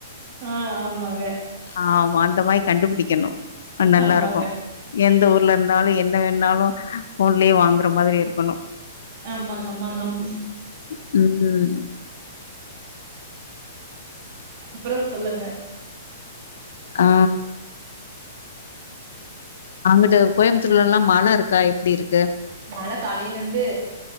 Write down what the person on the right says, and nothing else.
ஆ ஆமாங்க
ஆமாங்க
ஆமாங்க ஆமாங்க
அப்றோ சொல்லுங்க
மழ காலைலந்து